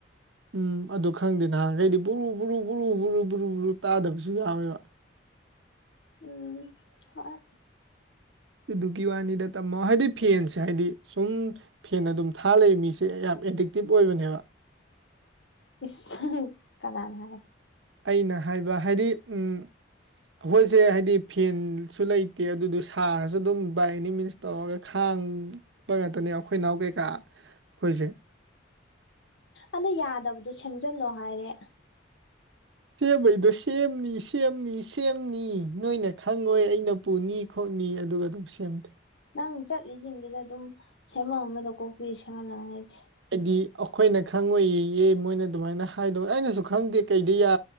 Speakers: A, on the right (about 75°); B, on the left (about 70°).
A: ꯎꯝ ꯑꯗꯨ ꯈꯪꯗꯦ ꯅꯍꯥꯟꯈꯩꯗꯤ ꯕꯨꯔꯨ ꯕꯨꯔꯨ ꯕꯨꯔꯨ ꯕꯨꯔꯨ ꯕꯨꯨꯔꯨ ꯇꯥꯗꯕꯁꯨ ꯌꯥꯎꯋꯦꯕ
B: ꯎꯝ ꯍꯣꯏ
A: ꯑꯗꯨꯗꯨꯒꯤ ꯋꯥꯅꯤꯗ ꯇꯝꯃꯣ ꯍꯥꯏꯗꯤ ꯐꯦꯟꯁꯦ ꯍꯥꯏꯗꯤ ꯁꯨꯝ ꯐꯦꯟ ꯑꯗꯨꯝ ꯊꯥ ꯂꯩ ꯃꯤꯁꯦ ꯌꯥꯝ ꯑꯦꯗꯤꯛꯇꯤꯞ ꯑꯣꯏꯕꯅꯦꯕ
B: <unintelligible> ꯀꯅꯥꯅ ꯍꯥꯏꯕ
A: ꯑꯩꯅ ꯍꯥꯏꯕ ꯍꯥꯏꯗꯤ ꯎꯝ ꯑꯩꯈꯣꯏꯁꯦ ꯍꯥꯏꯗꯤ ꯐꯦꯟꯁꯨ ꯂꯩꯇꯦ ꯑꯗꯨꯗ ꯁꯥꯔꯁꯨ ꯑꯗꯨꯝ ꯕꯥꯏ ꯑꯦꯅꯤ ꯃꯤꯟꯁ ꯇꯧꯔꯒ ꯈꯥꯡꯕ ꯉꯥꯛꯇꯅꯦ ꯑꯩꯈꯣꯏ ꯏꯅꯥꯎ ꯀꯩꯀꯥ ꯑꯩꯈꯣꯏꯁꯦ
B: ꯑꯗꯨ ꯌꯥꯗꯕꯗꯣ ꯁꯦꯝꯖꯤꯜꯂꯣ ꯍꯥꯏꯔꯦ
A: ꯁꯦꯝꯕꯩꯗꯣ ꯁꯦꯝꯅꯤ ꯁꯦꯝꯅꯤ ꯁꯦꯝꯅꯤ ꯅꯣꯏꯅ ꯈꯪꯉꯣꯏ ꯑꯩꯅ ꯄꯨꯅꯤ ꯈꯣꯠꯅꯤ ꯑꯗꯨꯒ ꯑꯗꯨꯝ ꯁꯦꯝꯗꯦ
B: ꯅꯪ ꯆꯠꯂꯤꯁꯤꯡꯗꯨꯗ ꯑꯗꯨꯝ ꯁꯦꯝꯐꯝ ꯑꯃꯗ ꯀꯣꯛꯄꯤ ꯁꯦꯝꯍꯜꯂꯛꯀꯦ ꯂꯩꯇꯦ
A: ꯍꯥꯏꯗꯤ ꯑꯩꯈꯣꯏꯅ ꯈꯪꯉꯣꯏꯌꯦ ꯃꯣꯏꯅ ꯑꯗꯨꯃꯥꯏꯅ ꯍꯥꯏꯗꯧꯅꯦ ꯑꯩꯅꯁꯨ ꯈꯪꯗꯦ ꯀꯩꯗ ꯌꯥ